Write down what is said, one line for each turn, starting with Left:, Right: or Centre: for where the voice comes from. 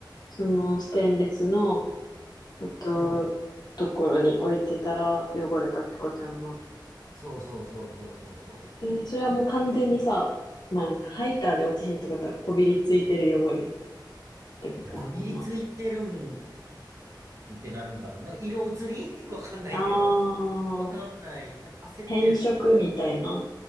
Left: その、ステンレスの、えっと、
Right: うん。
Left: ところに置いてたら汚れたってことやんな。
Right: そうそうそうそうそうそ
Left: えーそれはもう完全にさ、まあ、ハイターで落ちひんってことは、こびりついてる汚れってことやもんな。
Right: う。え、こびりついてるんってなるんかななんか色移り <laughs> わかんないけど。
Left: ああ、
Right: わかんない。なんか焦ってる。
Left: 変色みたいな。